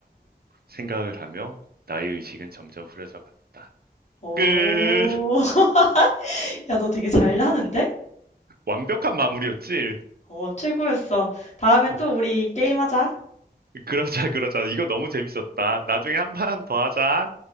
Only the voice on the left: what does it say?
오,
<laughs> 야, 너 되게 잘하는데?
어, 최고였어. 다음에
또 우리 게임하자.